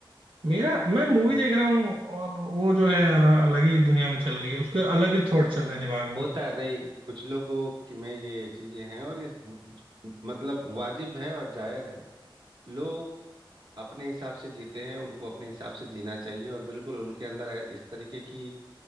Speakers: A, on the right; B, on the right.
A: मेरा मैं मूवी
B: हो,
A: देख रहा हूँ और वो जो है अलग ही दुनिया में चल रही है उसके अलग ही थॉट चल रहे हैं दिमाग में
B: होता है नहीं कुछ लोगों की में ये चीजें हैं और ये मतलब वाजिब है और जायज है लोग अपने हिसाब से जीते हैं उनको अपने हिसाब से जीना चाहिए और बिल्कुल उनके अंदर इस तरीके की